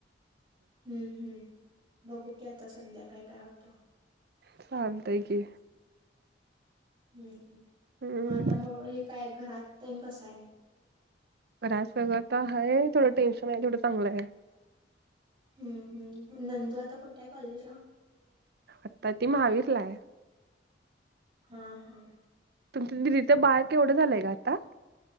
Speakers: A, on the right (about 30°); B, on the right (about 60°).
A: हम्म हम्म बघू की आता संध्याकाळी काय होतं.
B: चालतय कि.
A: हम्म
B: हम्म
A: मग आता मग हे काय घरातेन कसंय म.
B: बर सगळंत हाये थोडं टेन्शन आहे थोडं चांगलं हाये.
A: हम्म हम्म नंदू आता कुठेय कॉलेजला?
B: आता ती महावीरलाये.
A: ह ह.
B: तुमचं दिदीचं बाळ केवढं झालंय ग आता.